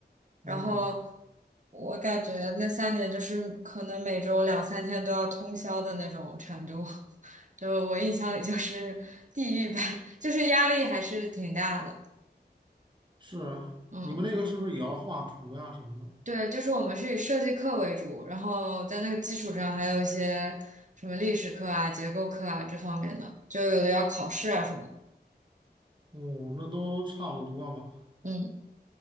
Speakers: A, on the right; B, on the right.
A: 然后
B: 哦，
A: 我感觉那三年就是可能每周两三天都要通宵的那种程度，<laughs> 就我印象里就是地狱般，<laughs> 就是压力还是挺大的，
B: 是啊，
A: 嗯。
B: 你们那个是不是也要画图呀什么的？
A: 对，就是我们是以设计课为主，然后在那个基础上还有一些什么历史课啊、结构课啊这方面的，就有的要考试啊什么的。
B: 哦，那都差不多吧。
A: 嗯